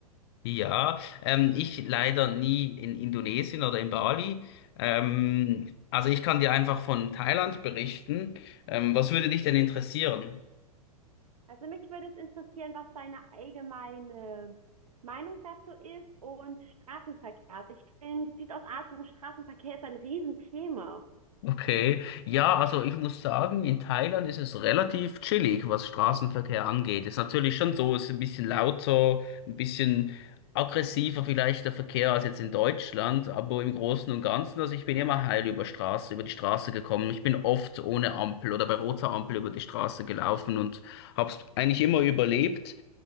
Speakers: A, on the left; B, on the right.
A: Ja, ähm, ich leider nie in Indonesien oder in Bali. Ähm, also ich kann dir einfach von Thailand berichten. Ähm, was würde dich denn interessieren?
B: Also mich würde es interessieren, was deine allgemeine Meinung dazu ist und Straßenverkehr. Also ich finde, Südostasien, Straßenverkehr ist ein Riesenthema.
A: Okay, ja, also ich muss sagen, in Thailand ist es relativ chillig, was Straßenverkehr angeht. Ist natürlich schon so, ist ein bisschen lauter, ein bisschen aggressiver vielleicht der Verkehr als jetzt in Deutschland, aber im Großen und Ganzen, also ich bin immer heil über Straße, über die Straße gekommen. Ich bin oft ohne Ampel oder bei roter Ampel über die Straße gelaufen und hab's eigentlich immer überlebt.